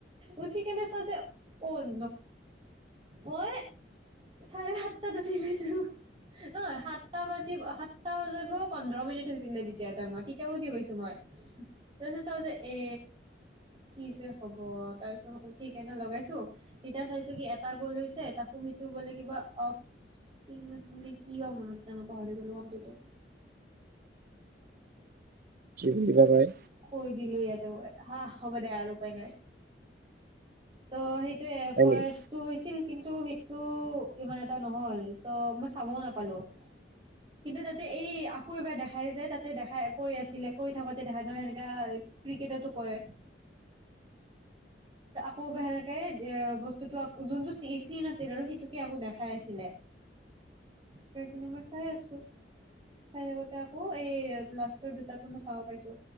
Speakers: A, on the right (about 30°); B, on the right (about 55°).
A: উঠি কেনে চাইছে অন মই চাৰে সাতটাাত উঠি গৈছো নহ সাতটা বাজিব সাতটা বজাব পোন্ধৰ মিনিট হৈছে ে তেতিয়া তাই মই তেতিয়াও উঠি পাইছো মই তাৰপিছত চাও যে এ কি হৈছে হ'ব তাৰ পিছত উঠি কেনে লগাইছো তেতিয়া চাইছো কি এটা গল হৈছে তাকো সেইটো বোলে কিবা অফিে কি মনত নাই মই পাহৰি গলো শব্দটো
B: বুলি ভাবায়
A: <inaudible> দিলিলৈ আ ত হা ব দোই ইাৰপাই নাই ত সেই
B: হয়
A: ফৰেষ্টটো
B: নেকি?
A: হৈছিল কিন্তু তটো সেইটো ইমান এটা নহল ত মই চাবও নাপালো কিন্তু তাতে এই আকৌ এবাৰ দেখাই যে তাতে দেখাই কৈ আছিলে কৈ থাকোতে দেখা নহয় সেনেকা ক্ৰিকেটতো কয়। খুব বেকে বস্তুটো যোনটো চিন আছিল আৰু সেইটোকে আকৌ দেখাই আছিলে সেইখিনি মই চাই আছো চাই লগতে আকৌ এই লাষ্টৰ দুটাো মই চাব পাইছো